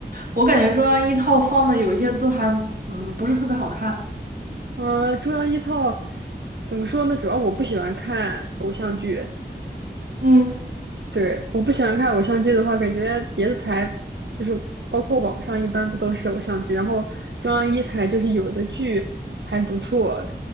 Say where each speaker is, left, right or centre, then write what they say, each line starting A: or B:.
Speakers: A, on the right; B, on the right.
A: 我感觉中央一套放的有一些都还嗯不是特别好看。
B: 呃，中央一套怎么说呢？主要我不喜欢看偶像剧，
A: 嗯，
B: 对，我不喜欢看偶像剧的话，感觉别的台就是包括网上一般不都是偶像剧，然后中央一台就是有的剧还不错，